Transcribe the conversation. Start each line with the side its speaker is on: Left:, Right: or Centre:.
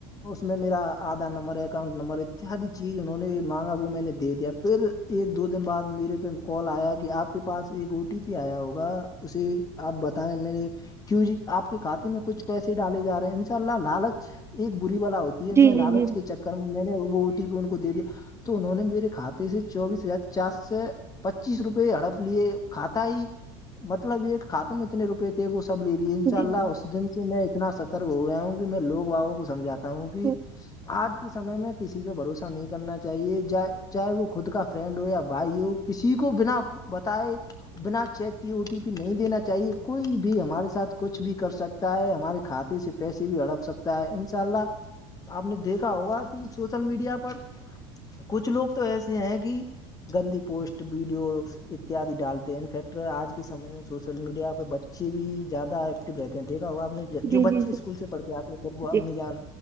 Left: اس میں میرا آدھار نمبر اکاؤنٹ نمبر اتحادی چیز انہوں نے مانگا وہ میں نے دے دیا پھر ایک دو دن بعد میرے پہ کال آیا کہ آپ کے پاس ایک او ٹی پی آیا ہوگا اسے آپ بتائیں میرے کیوں جی آپ کے کھاتے میں کچھ پیسے ڈالے جا رہے ہیں ان شاء اللہ لالچ ایک بری بلا ہوتی
Right: جی
Left: یہ میں لالچ
Right: جی
Left: کے چکر میں نے وہ او ٹی پی ان کو دے دیا تو انہوں نے میرے کھاتے سے چوبیس ہزار چار سو پچیس روپئے ہڑپ لیے کاتا ہی مطلب یہ کاتے میں اتنے روپئے تھے وہ سب لے لیے
Right: جی
Left: ان شاء اللہ
Right: جی
Left: اس دن سے میں اتنا سترک ہو گیا ہوں کہ میں لوگ بابوں کو سمجاتا ہوں کہ
Right: جی
Left: آج سمے میں کسی پہ بھروسہ نہیں کرنا چاہیے چاہے وہ خود کا فرینڈ ہو یا بھائی ہو کسی کو بنا بتائے بنا چیک کی او ٹی پی نہیں دینا چاہیے کوئی بھی ہمارے ساتھ کچھ بھی کر سک ستا ہے ہمارے کھاتے سے پیسے بھی اڑپ سکتا ہے انشاء اللہ آپ نے دیکھا ہوگا کہ سوشل میڈیا پر کچھ لوگ تو ایسے ہیں کہ گندی پوسٹ ویڈیو اتد ڈالتے ہیں انفیکٹ آج کے سمے میں سوشل میڈیا پہ بچے بھی زیادہ ایکٹو رہتے ہیں دیکھا ہوا آپ نے
Right: جی
Left: جو
Right: جی
Left: بچے
Right: جی
Left: اسکول سے پڑھتے آتے پھر وہ امی
Right: جی
Left: جان